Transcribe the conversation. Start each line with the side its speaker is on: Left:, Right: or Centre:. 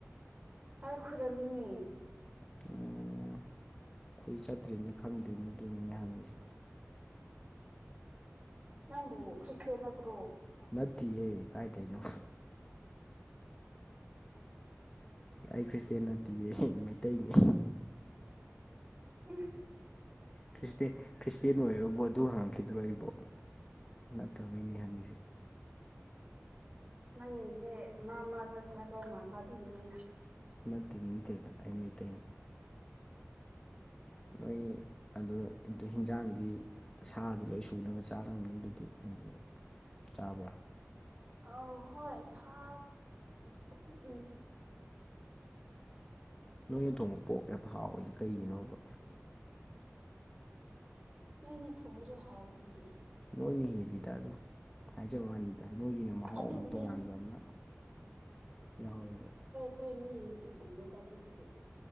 Right: ꯂꯥꯏ ꯈꯣꯏꯔꯝꯃꯤꯅꯦ
Left: ꯎꯝ ꯑꯩꯈꯣꯏ ꯆꯠꯇ꯭ꯔꯝꯅꯤꯅ‌ ꯈꯪꯗꯦꯅꯦ ꯑꯗꯨꯏꯅꯤꯅꯦ ꯍꯪꯉꯤꯖꯦ
Right: ꯅꯪꯕꯨ ꯈ꯭ꯔꯤꯁꯇꯦꯟ ꯅꯠꯇꯔꯣ
Left: ꯅꯠꯇꯤꯌꯦ ꯀꯥꯏꯗꯩꯅꯣ ꯑꯩ ꯈ꯭ꯔꯤꯁꯇꯦꯟ ꯅꯠꯇꯤꯌꯦ ꯃꯩꯇꯩꯅꯦ
Right: <unintelligible>
Left: ꯈ꯭ꯁ ꯈ꯭ꯔꯤꯁꯇꯦꯟ ꯑꯣꯏꯕꯨ ꯑꯗꯨ ꯍꯥꯡꯈꯤꯗꯣꯕꯣ ꯅꯠꯇꯕꯩꯅꯤ ꯍꯪꯉꯤꯁꯦ
Right: ꯅꯪꯁꯦ ꯃꯥꯃꯥ ꯆꯠꯇ꯭ꯔꯕ ꯃꯥꯟꯕ ꯑꯗꯨꯅꯤꯅ
Left: ꯅꯠꯇꯦ ꯅꯠꯇꯦꯗ ꯑꯩ ꯃꯩꯇꯩꯅꯤ ꯅꯣꯏ ꯑꯗꯨ ꯍꯤꯟꯖꯥꯡꯗꯤ ꯁꯥꯗꯤ ꯂꯣꯏ ꯁꯨꯅꯕ ꯆꯥꯔꯝꯅꯤ ꯑꯗꯨꯗꯤ ꯅꯣꯏꯁꯨ ꯆꯥꯕ꯭ꯔꯥ
Right: ꯑ ꯍꯣꯏ ꯆꯥꯛ ꯑꯗꯨꯝ ꯎꯝ
Left: ꯅꯣꯏꯅ ꯊꯣꯡꯕ ꯄꯣꯛ ꯌꯥꯝ ꯍꯥꯎꯋꯁꯦ ꯀꯩꯒꯤꯅꯣꯕ
Right: ꯅꯣꯏꯅ ꯊꯣꯡꯕꯁꯨ ꯍꯥꯎꯋꯦ ꯑꯗꯨꯗꯤ
Left: ꯅꯣꯏꯅ ꯍꯦꯜꯂꯤꯗ ꯑꯗꯨ ꯍꯥꯏꯖꯕ ꯋꯥꯅꯤꯗ ꯅꯣꯏꯒꯤꯅ ꯃꯍꯥꯎ
Right: ꯑꯗꯨꯕꯨꯗꯤ
Left: ꯑꯃ ꯇꯣꯉꯥꯟꯕ ꯑꯃ ꯌꯥꯎꯋꯦꯕ
Right: ꯍꯣꯏ ꯃꯤ ꯃꯇꯨꯡ ꯏꯜꯂꯦꯗ ꯑꯗꯨꯕꯨꯗꯤ